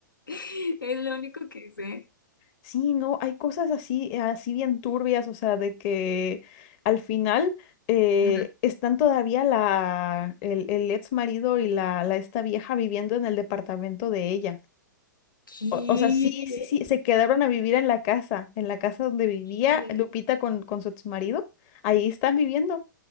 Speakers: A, on the left; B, on the left.
A: <laughs> Es lo único que sé.
B: Sí, no, hay cosas así, así bien turbias, o sea, de que al final eh,
A: Ajá.
B: están todavía la, el, el ex marido y la, la esta vieja viviendo en el departamento de ella.
A: ¿Qué?
B: O, o sea, sí, sí, sí, se quedaron a vivir en la casa, en la casa donde vivía
A: ¿Qué?
B: Lupita con, con su ex marido. Ahí están viviendo.